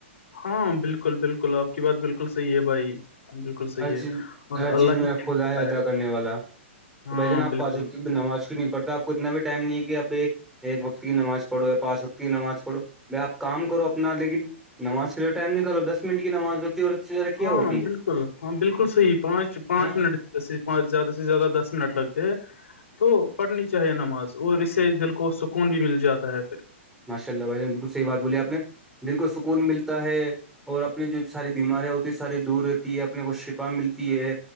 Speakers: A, on the left; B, in the centre.
A: ہاں بالکل بالکل آپ کی بات بالکل صحیح ہے بھائی بالکل صحیح
B: ہر
A: ہے
B: چیز
A: اور
B: ہر
A: اللہ
B: چیز میرا
A: ہی
B: خھدا ہے ادا کرنے والا تو
A: ہاں
B: بھ جان آپ
A: بالکل
B: پاچوں کی بھی نماز کیوں نہیں پڑتا آ کتنا بھی ٹائم نہیں کہ ابھی ایک وقت کی نماز پڑھو یا پانچ وقت کی نماز پڑھو بائی آپ کام کرو اپنا لیکن نماز کے لیے ٹائم نکلالو دس منٹ کی نماز ہے اور اس سے زیادہ کیا
A: ہاں
B: ہوتی
A: بالکل
B: ہے
A: ہاں بالکل صحی پانچ پانچ
B: ہاں
A: منٹ <unintelligible> ج پانچ زیادہ سے زیادہ دس منٹ لگتے ہیں <unintelligible> تو پڑھنی چاہیے نماز اور اس سے دل کو سکون بھی مل جاتا ہے پھر
B: ماشاء اللہ بھ بالکل صحیح بات بولی آپ نے دل کو سکون ملتا ہے اور اپنی جو ساری بیماریاں ہوتی ہے ساری دور رہتی ہے اپنے کو شفا ملتی ہے